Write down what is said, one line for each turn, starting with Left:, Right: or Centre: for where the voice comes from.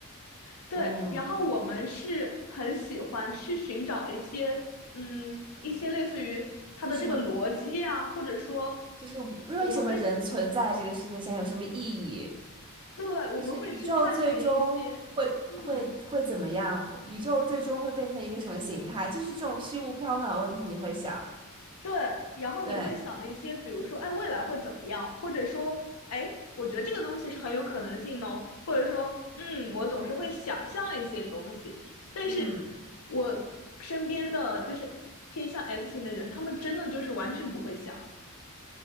Left: 对，
Right: 嗯，
Left: 然后我们是很喜欢去寻找一些，嗯，一些类似于它的这个逻辑啊，
Right: 就什么，
Left: 或者说
Right: 就是为什么人存在这个世界上有什么意义？
Left: 我们会，对，我们会去探寻一些，
Right: 就是宇宙最终会会会怎么样？
Left: 嗯，
Right: 宇宙最终会变成一个什么形态？就是这种虚无缥缈的问题，你会想，
Left: 对，然后你会想一些，
Right: 对，
Left: 比如说，哎，未来会怎么样，或者说，哎，我觉得这个东西是很有可能性的哦，或者说，嗯，我总是会想象一些东西，但是
Right: 嗯
Left: 我身边的就是偏向 S 型的人，他们真的就是完全不会想。